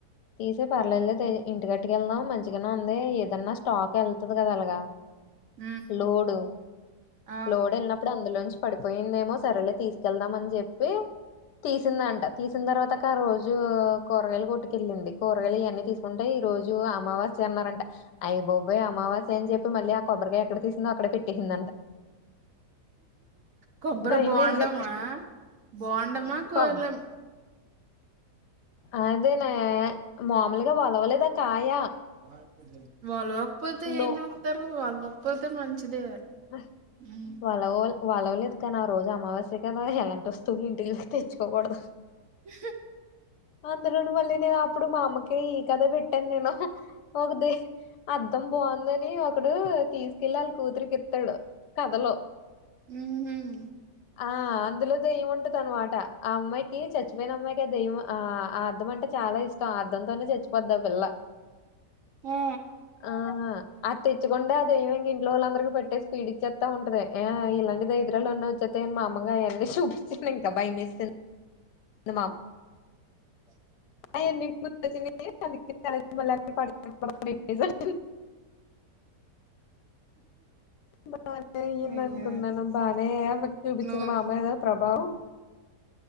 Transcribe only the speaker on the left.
తీసే పర్లేదులేతే ఇంటి ఎట్టుకెళ్దాం మంచిగనే ఉంది ఏదన్నా స్టాక్ ఎల్తది కదా అలగా
లోడు
లోడ్ ఎల్న్ ఇప్పుడు అందులోంచి పడిపోయిందేమో సరేలే తీస్ వెళ్దామని చెప్పి తీసిందంట తీసిన తర్వాత ఆ రోజు కూరగాయలు కొట్టుకెళ్ళింది కూరగాయలు ఇవన్నీ తీసుకుంటే ఈ రోజు అమావాస్య అన్నారంట అయి బోబోయ్ అమావాస్య అని జెప్పి మళ్ళీ ఆ కొబ్బరికాయ ఎక్కడ తీసిందో అక్కడ పెట్టేసిందంట
భయమేసి
కొబ్ అదేనే మాములుగా వలవలేదా కాయ
లో
ఆ
వలవోల్ వలవలేదు కదా ఆ రోజు అమావాస్య కదా ఎలాంటి వస్తువులు ఇంటికి తెచ్చుకోకూడదు
అందులోను వాళ్ళు వినే అప్పుడు మా అమ్మకి ఈ కథ పెట్టాను నేను ఒకది అద్దం బాగుందని ఒకడు తీసుకెళ్ళాలి కూతురికి ఎత్తడు కథలో
ఆ అందులో దయ్యముంటదనమాట ఆ అమ్మాయికి చచ్చిపోయిన అమ్మాయికి ఆ దెయ్యం ఆ అద్దం అంటే చాలా ఇష్టం అద్దంతోనే చచ్చిపోద్దా ఆ పిల్ల
ఆహా అది తెచ్చకుండె అదేమి ఇంగ ఇంట్లో వాళ్ళందరికీ పెట్టేసి పిడిచేత్తా ఉంటది ఇలాంటి దరిద్రాలు ఉన్న వచ్చే తిన్న అమ్మగాయెన్ని చూపించలేం కదా భయమేస్తు మా
ఆయన్ని ను నీ మళ్ళా <inaudible> బానే అయ్యింది
అనుకున్నాను బానే ఎఫెక్ట్ చూపించింది
మా అమ్మాయి మీద ప్రభావం